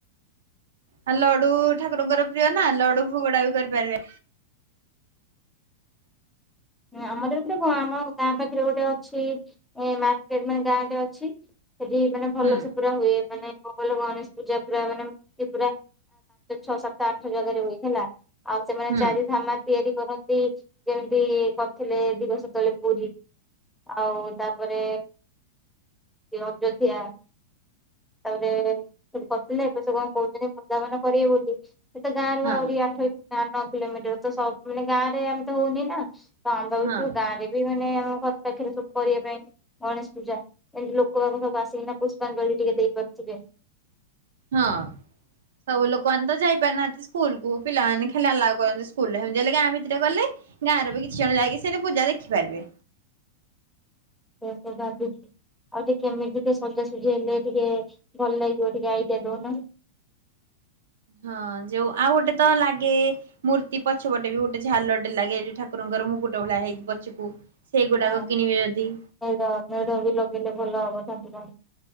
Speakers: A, on the right; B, in the centre.
A: ଆ ଲଡୁ ଠାକୁରଙ୍କର ପ୍ରିୟ ନା ଲଡୁ ଭୋଗଡା ବି କରିପାରିବେ।
B: ଆମର ଏଥୀରେ କଣ ଆମ ଗାଁ ପାଖରେ ଗୋଟେ ଅଛି ମାର୍କେଟ ମାନେ ଗାଁରେ ଅଛି। ସେଠି ମାନେ ଭଲ
A: ହୁଁ
B: ସେ ପୁରା ହୁଏ ମାନେ ଗ ଗଣେଶ ପୂଜା ପୁରା ମାନେ <inaudible> ଯୋଉ ଛଅ ସାତ ଆଠ ଜାଗାରେ ହୁଏ ହେଲା। ଆଉ ସେମାନେ
A: ହୁଁ
B: ଚାରି ଧାମ ତିଆରି କରନ୍ତି ଯେମିତି କରିଥିଲେ ଦିବସ ତଳେ ପୁରୀ। ଆଉ ତାପରେ ସେ ଅଯୋଧ୍ୟା। ତାପରେ ସେଠି କରିଥିଲେ ଏବେ ସେ କଣ କହୁଛନ୍ତି ବୃନ୍ଦାବନ କରିବେ ବୋଲି। ଏ ତ ଗାଁ ରୁ
A: ହଁ
B: ଆହୁରି ଆଠ ନଅ କିଲୋମିଟର ତ ସବୁ ମାନେ ଗାଁ ରେ ଆମେ ତ ହଉନି ନା। ତ ଆମେ ଭାବଛୁ
A: ହଁ
B: ଗାଁରେ ବି ମାନେ ଆମ ଘର ପାଖରେ ସବୁ କରିବା ପାଇଁ। ଗଣେଶ ପୂଜା ଏମତି ଲୋକ ବାକ ସବୁ ଆସିକିନା ପୁଷ୍ପାଞଳୀ ଟିକେ ଦେଇପାରୁଥିବେ।
A: ହଁ ସବୁ ଲୋକମାନ ତ ଯାଇପ ନା ସ୍କୁଲ କୁ ପିଲାମାନେ ଖାଲି ଆଲାଉ କରନ୍ତି ସ୍କୁଲରେ ଏମିତି ହେଲେ ଭିତରେ କଲେ ଗାଁ ରେ ବି କିଛି ଜଣ ଯାଇକି ସେଇଠି ପୂଜା ଦେଖିପାରିବେ।
B: ସେୟା ତ ଭାବୁଛୁ। ଆଉ ଟିକେ କେମିତି ଟିକେ ସଜାସଜି ହେଲେ ଟିକେ ଭଲ ଲାଗିବ ଟିକେ ଆଇଡିଆ ଦଉନୁ।
A: ହଁ ଯୋଉ ଆଉ ଗୋଟେ ତ ଲାଗେ। ମୂର୍ତ୍ତି ପଛପଟେ ବି ଗୋଟେ ଝାଲଟେ ଲାଗେ ଠାକୁରଙ୍କର ମୁଁକୁଟ ଭଳିଆ ହେଇକି ପଛକୁ ସେଇଗୁଡାକ
B: ହଁ
A: କିଣିବି ଯଦି।
B: ମେଢ ମେଢ ବି ଲଗେଇଲେ ଭଲ ହବ ତାସଇତ।